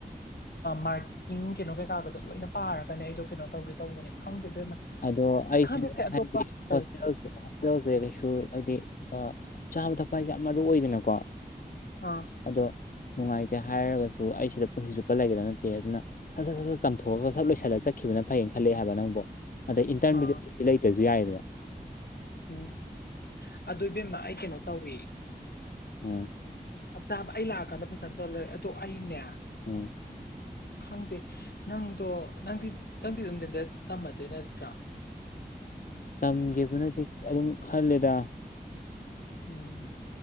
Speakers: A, on the left (about 75°); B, on the left (about 60°).
A: ꯃꯥꯔꯀꯤꯡ ꯀꯩꯅꯣ ꯀꯩꯀꯥꯒꯗꯣ ꯂꯣꯏꯅ ꯄꯥꯝ ꯇꯥꯔꯒꯅꯦ ꯑꯩꯗꯣ ꯀꯩꯅꯣ ꯇꯧꯒꯦ ꯇꯧꯕꯅꯤ ꯈꯪꯗꯦ ꯏꯕꯦꯝꯃ
B: ꯑꯗꯣ
A: ꯑꯁ
B: ꯑꯩ
A: ꯈꯪꯗꯦ
B: ꯁꯨꯝ
A: ꯁꯦ ꯑꯇꯣꯞꯄ
B: ꯍꯥꯏꯗꯤ
A: ꯀꯔꯤ
B: ꯍꯣꯁꯇꯦꯜ ꯍꯣꯁꯇꯦꯜꯁꯦ ꯀꯩꯁꯨ ꯍꯥꯏꯗꯤ ꯆꯥꯕ ꯊꯛꯄ ꯍꯥꯏꯁꯦ ꯌꯥꯝ ꯃꯔꯨ ꯑꯣꯏꯗꯅꯀꯣ
A: ꯑꯥ
B: ꯑꯗꯣ ꯅꯨꯡꯉꯥꯏꯇꯦ ꯍꯥꯏꯔꯒꯁꯨ ꯑꯩ ꯁꯤꯗ ꯄꯨꯟꯁꯤ ꯆꯨꯞꯄ ꯂꯩꯒꯗ ꯅꯠꯇꯦ ꯑꯗꯨꯅ ꯁꯠ ꯁꯠ ꯁꯠ ꯁꯠ ꯇꯝꯊꯣꯛꯑꯒ ꯁꯠ ꯂꯣꯏꯁꯤꯜꯂ ꯆꯠꯈꯤꯕ ꯑꯗꯨꯅ ꯐꯩꯌꯦꯅ ꯈꯜꯂꯛꯑꯦ ꯍꯥꯏꯕ ꯅꯪꯕꯨꯣ ꯑꯗꯩ ꯏꯟꯇꯔꯟꯗꯨꯗꯤ
A: ꯑꯥ
B: ꯂꯩꯇ꯭ꯔꯁꯨ ꯌꯥꯏꯌꯦꯗꯅ
A: ꯎꯝ ꯑꯗꯨ ꯏꯕꯦꯝꯃ ꯑꯩ ꯀꯩꯅꯣ ꯇꯧꯏ
B: ꯎꯝ
A: ꯇꯥꯕ ꯑꯩ ꯂꯥꯛꯑꯀꯥꯟꯗ ꯐꯖꯅ ꯇꯧꯔ ꯂꯩꯦ ꯑꯗꯣ ꯑꯩꯅꯦ
B: ꯎꯝ
A: ꯈꯪꯗꯦ ꯅꯪꯗꯣ ꯅꯪꯗꯤ ꯅꯪꯗꯤ ꯅꯨꯡꯊꯤꯟꯗ ꯇꯝꯃꯗꯣꯏ ꯅꯠꯇ꯭ꯔꯥ
B: <unintelligible> ꯇꯝꯒꯕꯅꯗꯤ ꯑꯗꯨꯝ ꯈꯜꯂꯦꯗ
A: ꯎꯝ